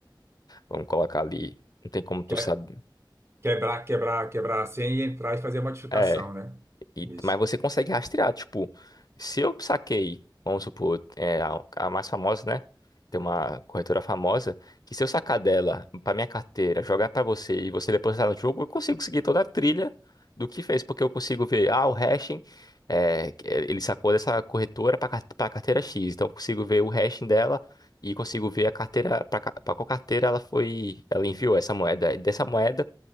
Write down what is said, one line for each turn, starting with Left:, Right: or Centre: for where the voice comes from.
Left: vamos colocar ali, não tem como tu
Right: Que- é,
Left: saber.
Right: Quebrar, quebrar, quebrar a senha e entrar e fazer a modificação,
Left: é,
Right: né?
Left: E,
Right: Isso.
Left: mas você consegue rastrear, tipo, se eu saquei, vamos supor, é, a, a mais famosa, né? Tem uma corretora famosa, que se eu sacar dela pra minha carteira, jogar pra você e você depositar no jogo, eu consigo seguir toda a trilha do que fez, porque eu consigo ver, ah, o hashing, é, que é, ele sacou dessa corretora pra car- pra carteira X, então eu consigo ver o hashing dela e consigo ver a carteira, pra ca- pra qual carteira ela foi, ela enviou essa moeda, dessa moeda.
Right: É,